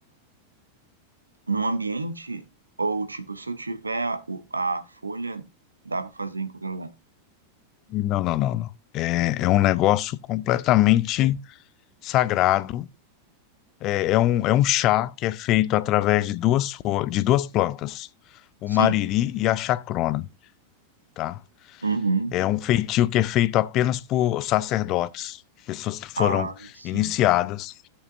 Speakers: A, on the right; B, on the left.
A: num ambiente ou tipo, se eu tiver o- a folha, dá pra fazer em qualquer lugar?
B: Não, não, não, não. É, é um negócio completamente sagrado É, é um, é um chá que é feito através de duas, fo- de duas plantas, o
A: Sim.
B: mariri e a chacrona, tá?
A: Uhum.
B: É um feitio que é feito apenas por sacerdotes, pessoas que foram
A: Ah, sim.
B: iniciadas